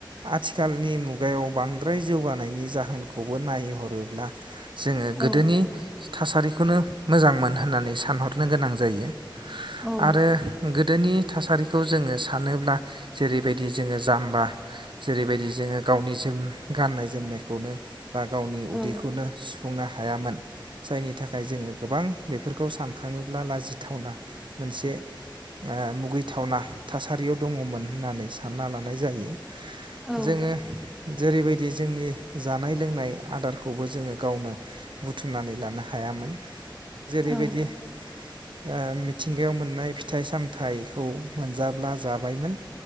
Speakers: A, on the right (about 80°); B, in the centre.
A: आथिखालनि मुगायाव बांद्राय जौगानायनि जाहोनखौबो नायहरोब्ला जोङो
B: औ
A: गोदोनि थासारिखौनो मोजांमोन होननानै सानहरनो गोनां जायो
B: औ
A: आरो गोदोनि थासारिखौ जोङो सानोब्ला जेरैबायदि जोङो जाम्बा जेरैबायदि जोङो गावनि जोम गाननाय जोमनायखौनो बा गावनि
B: औ
A: उदैखौनो फुंनो हायामोन जायनि थाखाय जोङो गोबां बेफोरखौ सानखाङोब्ला लाजिथावना मोनसे ओ मुगैथावना थासारियाव दङमोन होननानै सानना लानाय जायो
B: औ
A: जोङो जेरैबायदि जोंनि जानाय लोंनाय आदारखौबो जोङो गावनो बुथुमनानै लानो हायामोन जेरैबायदि
B: औ
A: ओ मिथ थिंगायाव मोननाय फिथाइ सामथायाइखौ मोनजाब्ला जाबायमोन